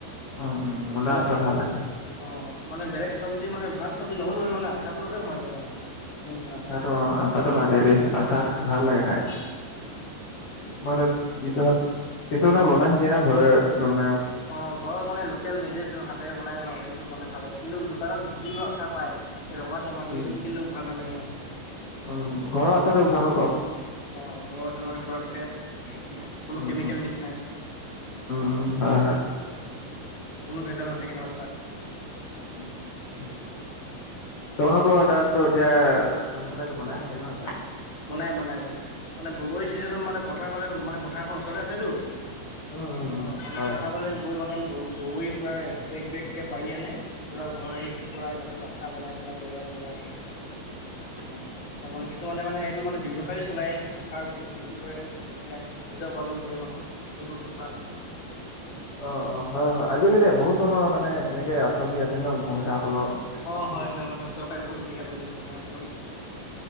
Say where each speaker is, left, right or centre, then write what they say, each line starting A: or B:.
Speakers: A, on the left; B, on the left.
A: উম, উম,
B: অ
A: মূলা
B: সেইটো
A: আচাৰ
B: আছাৰ বনাই।
A: ভাল লাগে।
B: অঁ মানে বেলেগ চবজি মানে ভাল চবজি নহলো হয় মানে আচাৰ টোৰ লগতে সোমাই যায় ভাত।
A: উ আচাটো অ আচাটো লাগে দেই আচা
B: উম
A: ভাল লাগে খাই।
B: উম
A: কি ত কিছুমান কিছুমানমানে বনাই থৈ দিয়ে ন ঘৰ দনে
B: অ ঘৰৰ মানে লোকেল নিজে যোৰহাট, তাতেৰে বনাই ন সেইটো মানে ভাল কিন্তু দোকানত যোনটো আচাৰ পায়, ৰঙা তেমাতো
A: উম,
B: সেইটো যে কিন্তু ভাল নালাগে সিমান।
A: উম ঘৰৰ আচাটো ভাল ক।
B: অ ঘৰৰ আছাৰটো মানে পুৰা ফ্ৰেচ মানে কোনো
A: উম,
B: কেমিকেল মিচ নাই।
A: উম উম হয় হয়।
B: উ কোনো ভেজাল নাথাকে মানে তাত।
A: উম উম হয়। তোমলোকৰ তাতটো এতিয়া মানুহ বিলাকে বনাই থাকে ন এইবিলাক,
B: বনাই বনাই বনাই, মানে বগৰী ছিজনত মানে পথাৰ ফালে মানে পথাৰখন ওচৰতে আছেতো।
A: উম, উম,
B: অ
A: উম,
B: মানে
A: হয়,
B: পথাৰ
A: হয়।
B: ফালে গৈ মানে বগ বগৰীৰ পৰা বেগ বেগকে পাৰি আনে। পূৰা ঘৰত আহি শুকুৱাই তাৰপিছত আচা বনাই বনাই বৈয়াম বৈয়ামেই।
A: অহ।
B: অ মানে কিছুমানে মানে এইটো মানে ব্যয়ৱসায় চলাই আচাৰ বিক্ৰী কৰে। বিলাই নিজে উপাৰ্জন কৰে মানোঁ সেইবোৰ পৰা।
A: অ অ হয় হয় আজিলালি বহুত ধৰণৰ মানে এনেকে আঁচনি আছে ন মহিলাসকলৰ মানে।
B: অ
A: বহুত।
B: হয় হয় মানে চৰকাৰে বহুত সুবিধা কৰি দিছে মহিলাসকলক যে।